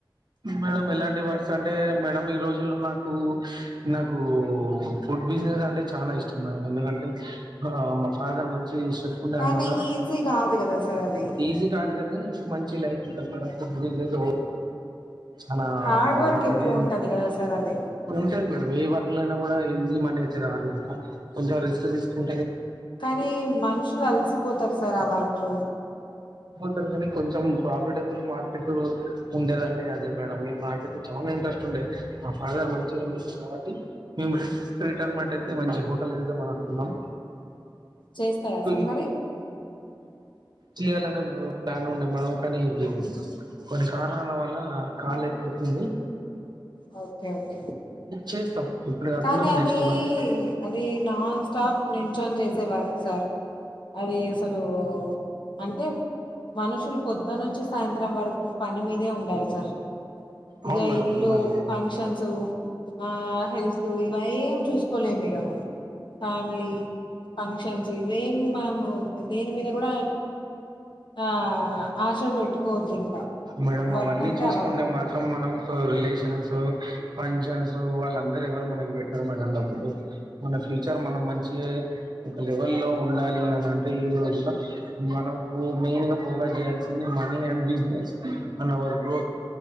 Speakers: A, on the right; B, on the left.
A: మేడం ఎలాంటి వర్స్ అంటే మేడం ఈ రో జు లో నాకు, నాకు ఫుడ్ బిజినెస్ అంటే చాన ఇష్టం మేడం ఎందుకంటే మా ఫాదర్ మంచి చెఫుండే
B: కానీ
A: అనమాట
B: ఈజీ కాదు కదా సార్ అది
A: ఈజీ కాదు క నీ మంచి లైఫ్ ఉంటది మేడం ఫుడ్ బిజినెస్ లో అలా
B: హార్డ్
A: బాగుంటది
B: వర్క్ ఎక్కువ ఉంటది కదా సార్ అది
A: ఉంటది మేడం ఏ వ ర్కు లో అయిన కూడ ఈజీ మనీ అయితే రాదు కదా కొంచెం రిస్క్ తీసుకుం
B: కానీ మనుషులు అలసిపోతరు సర్ ఆ వ ర్కు
A: తరు కానీ కొంచెం ప్రాఫిటబుల్ మార్కెట్ ఉండేదంటే అదే మేడం. నాకైతే చాలా ఇంట్రెస్ట్ ఉండే మా ఫాదర్ మంచిగా ఉండు కాబట్టి మేము రిటైర్మెంట్ అయితే మంచి హోటల్ ఇద్దాం అని అనుకున్నాం.
B: చేస్తారా
A: కొన్ని
B: సార్ మరి
A: చేయ్యాలన ప్లాన్ ఉండే మనం కానీ కొన్ని కారణాల వల్ల కాలేక పోతుంది
B: ఓ ఒకే ఒకే
A: చేస్తాం ఇప్పుడు కాకుండా
B: కానీ అదీ
A: నెక్స్ట్ మనం
B: అది నాన్ స్టాప్ నించోని చేసే వ ర్కు సర్ అది అసలు అంటే మనుషులు పొద్దనుంచి సాయంత్రం వరకు పని మీదే ఉండాలి సార్ ఇగ
A: అవును మేడం
B: ఇల్లు,
A: ఉండాలి
B: ఫంక్షన్సు, ఆ హెల్త్ ఈ వై ఏం చూసుకుం తెలుసుకోలేమొ దిగము ఫ్యామిలీ ఫంక్షన్స్ ఇవేం మేము దేని మీద కూడా ఆ ఆశలు పెట్టుకోవచ్చు ఇంకా
A: మేడంమ్
B: వర్క్
A: అవన్నీ
B: అంటే
A: చూసుకుంటే
B: ఆ వర్క్
A: మాత్రం మనం రిలేషన్స్ ఫంక్షన్స్ వాళ్ళందరు ఎవరు మనకి పెట్టరు మళ డబ్బులు మన ఫ్యూచర్ మనం మంచి ఒక్క లెవెల్ లో ఉండాలి అని అంటే ఈ రోజులో మనం మెయిన్ గా ఫోకస్ చేయాల్సింది మనీ అండ్ బిజినెస్ అన్న వరకు